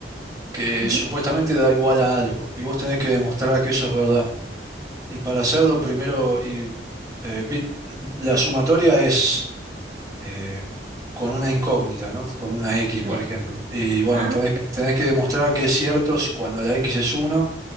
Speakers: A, on the right; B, on the right.
A: que
B: ujú,
A: supuestamente da igual a algo, y vos tenés que demostrar que eso es verdad. Y para hacerlo primero, y, eh, vi- la sumatoria es eh, con una incógnita, ¿no? Con una X, por
B: ya,
A: ejemplo. Y bueno,
B: ajá.
A: tenés, que- tenés que demostrar que es cierto cuando la X es uno